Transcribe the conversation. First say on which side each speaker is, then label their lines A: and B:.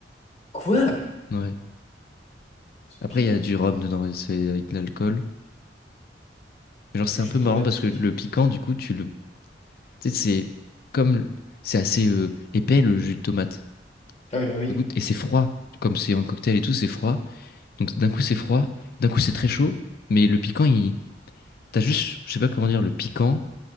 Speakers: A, on the left; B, on the left.
A: Quoi?
B: Ouais.
A: C'est
B: Après
A: bizarre.
B: il y a du rhum dedans et c'est avec de l'alcool. Mais Genre c'est
A: Jus
B: un peu
A: de tomate
B: marrant parce que
A: et...
B: le piquant du coup tu le tu sais c'est comme c'est assez euh, épais le jus de tomate.
A: Ah oui, bah oui.
B: Du coup et c'est froid comme c'est un cocktail et tout, c'est froid. Donc d'un coup c'est froid, d'un coup c'est très chaud, mais le piquant il T'as juste, je sais pas comment dire, le piquant